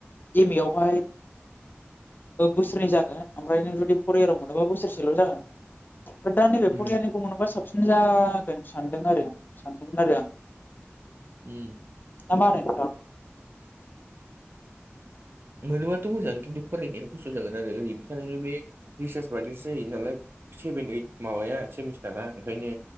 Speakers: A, on the left; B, on the right.
A: एम ए आवहाय बोसोरनै जागोन ओमफ्राय नों जुदि फर इयाराव मोनोबा बोसोरसेल' जागोन। दा नैबे
B: उम
A: फर इयारनिखौ मोनोबा साबसिन जागोन सानदों आरो सानदोंमोन आरो आं
B: उम
A: नाबाराय नोंथां
B: मोनोबाथ' मोजां खिन्थु फरायनाया खस्थ' जागोन आरो ओरै बिथांनावनो बे रिसार्च बायदिसो जायो नालाय सेभेन ओइद माबाया सेमिस्टारा ओंखायनो